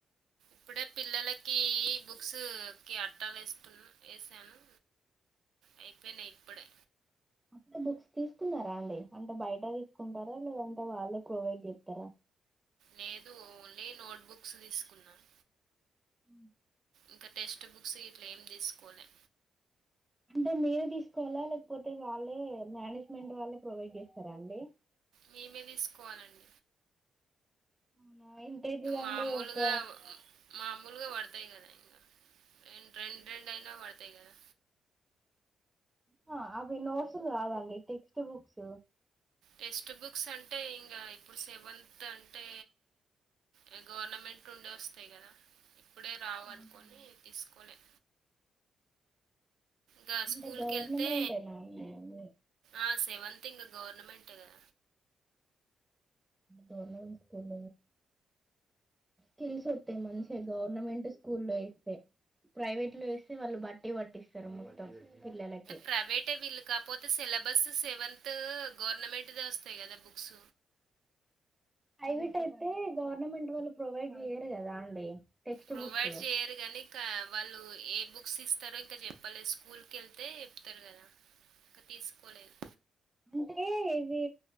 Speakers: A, on the right; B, in the centre.
A: ఇప్పుడే పిల్లలకి బుక్స్ కి అట్టాలు ఏస్తున్నా వేసాను అయిపోయినాయి ఇప్పుడే
B: అక్కడ బుక్స్ తీసుకున్నారా అండి అంటే బయట తీసుకుంటారా, లేదంటే వాళ్ళు ప్రొవైడ్ చేస్తారా?
A: లేదు ఓన్లీ నోట్బుక్స్ తీసుకున్నాను.
B: అ
A: ఇంకా టెక్స్ట్ బుక్స్ ఇట్లా ఏం తీసుకోలే
B: అంటే మీరే తీసుకోవాలా లేకపోతే వాళ్ళే మేనేజ్మెంట్ వాళ్ళే ప్రొవైడ్ చేస్తారా అండి?
A: మేమే తీసుకోవాలండి
B: అవునాయి తేజులండియొక
A: మామూలుగా మామూలుగా పడతాయి కదా ఇంకా రం రెండు రెండు అయినా పడతాయి కదా
B: హ అవి నోట్స్లు కాదండి టెక్స్ట్ బుక్స్
A: టెక్స్ట్ బుక్స్ అంటే ఇంగ ఇప్పుడు సెవెంత్ అంటే అయి గవర్నమెంట్ ఉండే వస్తాయి కదా ఇప్పుడే రావు
B: ఆహా
A: అనుకని తీసుకోలే గా
B: అంటే
A: స్కూల్
B: గవర్నమెంటేనా
A: కి వెళ్తే
B: అండి అన్ని
A: ఆ సెవెన్ తింగ గవర్నమెంట్ గద
B: గవర్నమెంట్ స్కూల్ తెల్సొస్తతే మంచి గా గవర్నమెంట్ స్కూల్ ఏస్తే ప్రైవేట్ లో వేస్తే వాళ్ళు బట్టి పట్టిస్తారు మొత్తం పిల్లలకి
A: ప్రైవేటే అంటే వీళ్ళు కాకపోతే సిలబస్ సెవెంత్ గవర్నమెంట్ దే వస్తాయి కదా బుక్స్
B: ప్రైవట్ అయితే గవర్నమెంట్ వాళ్ళు ప్రొవైడ్ చెయరు కదా అండి టెక్స్ట్
A: ప్రొవైడ్
B: బుక్స్
A: చేయరు కనీ ఇంకా వాళ్ళు ఏ బుక్స్ ఇస్తారో ఇంకా చెప్పలే స్కూల్ కళ్ తే చెప్తారు కదా ఇంక తీసుకోలేదు
B: అంటే ఇది